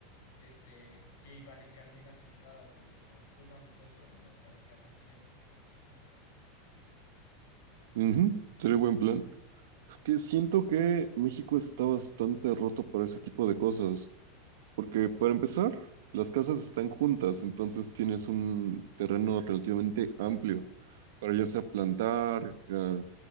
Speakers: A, on the left; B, on the right.
A: y este, y ahí barricar bien las entradas, de que las plumas y todo eso las barricamos bien.
B: ujú, Sería buen plan. Es que siento que México está bastante roto para ese tipo de cosas. Porque para empezar, las casas están juntas, entonces tienes un terreno relativamente amplio para ya sea plantar, eh,